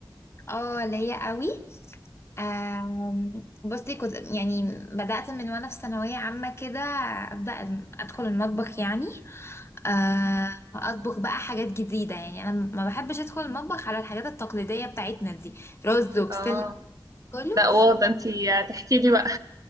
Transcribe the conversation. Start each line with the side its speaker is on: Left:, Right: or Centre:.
Left: <laughs> اه ليا قوي آم، بصي كنت يعني بدأت من وانا في ثانوية عامة كده أبدأ الم- أدخل المطبخ يعني آه، أطبخ بقى حاجات جديدة يعني أنا ما بحبش أدخل المطبخ على الحاجات التقليدية بتاعتنا دي رز وبسلة
Right: اه
Left: كله
Right: لا واضح انتي تحكي لي بقى